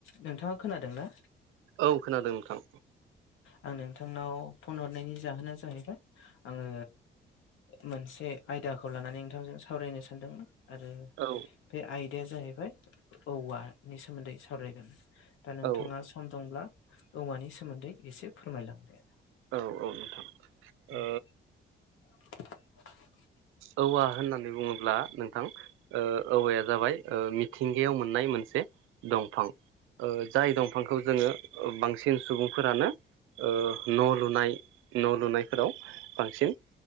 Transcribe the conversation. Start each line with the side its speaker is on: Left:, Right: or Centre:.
Left: नोंथाङा खोनादों ना।
Right: औ खोनादों नोंथां।
Left: आं नोंथांनाव फन हरनायनि जाहोना जाहैबाय आङो मोनसे आयदा। बिदाखौ लानानै नोंथांजों सावरायनो सानदोंमोन। आरो
Right: औ
Left: बे आयदाया जाहैबाय औवानि सोमोन्दै सावरायगोन। दा नोंथाङा
Right: औ
Left: सम दंब्ला औवानि सोमोन्दै इसे फोरमायलांदो।
Right: औ औ नोंथां।
Left: <inaudible>
Right: ओ औवा होननानै बुङोब्ला नोंथां ओ औवाया जाबाय मिथिंगायाव मोननाय मोनसे। दंफां ओ जाय दंफांखौ जोङो बांसिन सुबुंफोरानो। ओ न' लुनाय न' लुनायफोराव बांसिन।